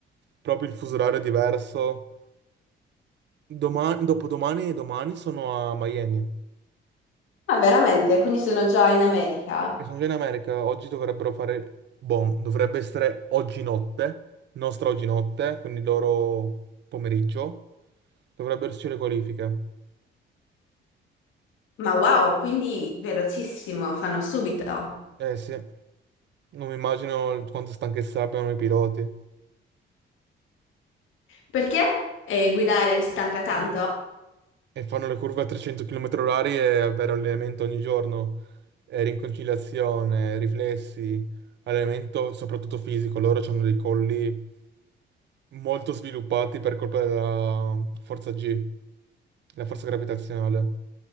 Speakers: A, on the right; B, on the left.
A: proprio il fuso orario è diverso. Domani, dopodomani e domani sono a Miami.
B: Ah, veramente? Quindi sono già in America?
A: E sono già in America, oggi dovrebbero fare... Bon, dovrebbe essere oggi notte, nostra oggi notte, quindi loro pomeriggio. Dovrebbero esserci le qualifiche.
B: Ma wow, quindi velocissimo, fanno subito.
A: Eh sì, non mi immagino il- quanta stanchezza abbiano i piloti.
B: Perché eh, guidare stanca tanto?
A: E fanno le curve a 300 km orari e avere allenamento ogni giorno. Eh, rinconciliazione, riflessi, allenamento soprattutto fisico. Loro hanno dei colli molto sviluppati per colpa della forza G, la forza gravitazionale.